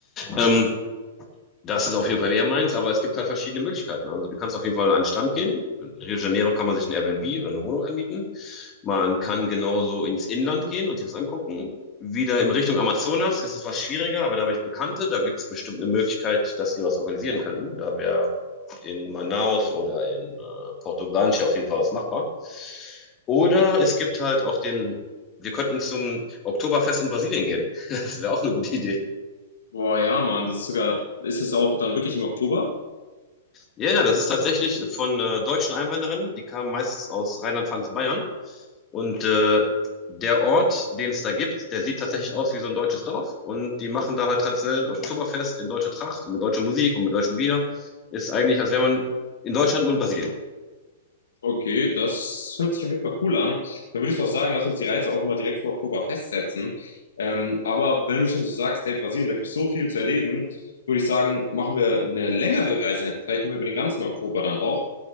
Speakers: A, on the left; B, on the left.
A: Ähm, das ist auf jeden Fall mehr meins, aber es gibt halt verschiedene Möglichkeiten. Also du kannst auf jeden Fall an den Stand gehen. In Rio de Janeiro kann man sich ein Airbnb oder eine Wohnung anmieten. Man kann genauso ins Inland gehen und sich das angucken. Wieder in Richtung Amazonas ist es was schwieriger, aber da habe ich Bekannte. Da gibt es bestimmt eine Möglichkeit, dass die was organisieren könnten. Da wäre in Manaus oder in äh, Porto Blanche auf jeden Fall was machbar. Oder es gibt halt auch den, wir könnten zum Oktoberfest in Brasilien gehen. <laughs> Das wäre auch eine gute Idee.
B: Boah, ja, Mann, das ist sogar, ist es auch dann wirklich im Oktober?
A: Ja, ja, das ist tatsächlich von äh, deutschen Einwanderern, die kamen meistens aus Rheinland-Pfalz-Bayern. Und äh, der Ort, den es da gibt, der sieht tatsächlich aus wie so ein deutsches Dorf. Und die machen da halt traditionell Oktoberfest in deutscher Tracht und mit deutscher Musik und mit deutschem Bier. Ist eigentlich, als wäre man in Deutschland und Brasilien.
B: Okay, das hört sich auf jeden Fall cool an. Dann würde ich doch sagen, lass uns die Reise auch mal direkt vor Oktober festsetzen. Ähm, aber wenn du schon so sagst, hey, Brasilien, da gibt es so viel zu erleben, würde ich sagen, machen wir eine längere Reise, vielleicht nur über den ganzen Oktober dann auch.